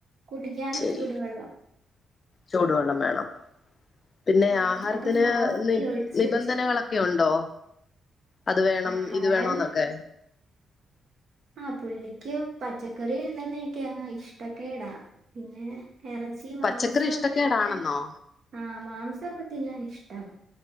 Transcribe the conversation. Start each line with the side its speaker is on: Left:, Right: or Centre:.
Right: കുടിക്കാനും
Left: ശരി
Right: ചൂടുവെള്ളം
Left: ചൂടുവെള്ളം വേണം പിന്നെ
Right: ഉം
Left: ആഹാരത്തിന്
Right: അപ്പൊ ഫ്ലാസ്കിൽ
Left: നി
Right: ഒഴിച്ച്
Left: നിബന്ധനകളൊ
Right: വെച്ചേക്കും
Left: ക്ക്യോ ഒണ്ടോ അത് വേണം
Right: ആഹാരം
Left: ഇത് വേണോന്നൊക്കെ
Right: ആഹ് പുള്ളിക്ക് പച്ചക്കറി ഇടുന്നെയൊക്കെയാ ഇഷ്ടക്കേടാ ഏഹ് എറച്ചി
Left: പച്ചക്കറി
Right: മാംസമൊക്കെ
Left: ഇഷ്ടക്കേടാണെന്നോ
Right: തിന്നാൻ ആഹ് മാംസമൊക്കെ തിന്നാൻ ഇഷ്ടമാ